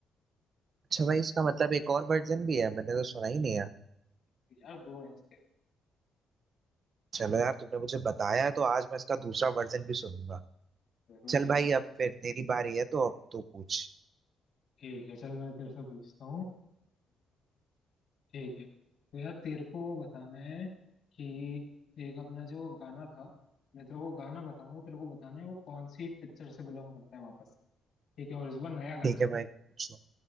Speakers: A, on the right (about 45°); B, on the left (about 65°).
A: अच्छा भाई इसका मतलब एक और वर्जन भी है मैंने तो सुना ही नहीं है
B: था। यार दो है इसके
A: चलो यार तुमने मुझे बताया है तो आज मैं इसका दूसरा वर्जन भी सुनूंगा
B: जरूर
A: चल
B: यार
A: भाई अब फिर तेरी बारी है तो अब तू पूछ
B: ठीक है चल मैं तेरे से पूछता हूँ ठीक है तो यार तेरे को बताना है कि एक अपना जो गाना था मैं तेरे को गाना बताऊंगा तेरे को बताना है वो कौन सी पिक्चर से बिलोंग करता है वापस ठीक है और इस बार नया गाना
A: ठीक
B: है
A: है भाई पूछो